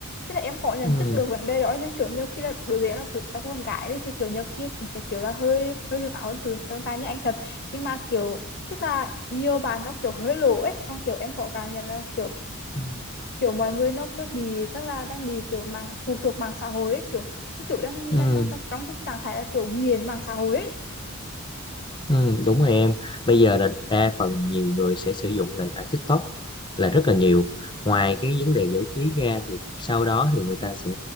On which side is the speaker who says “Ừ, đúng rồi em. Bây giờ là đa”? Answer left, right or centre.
Left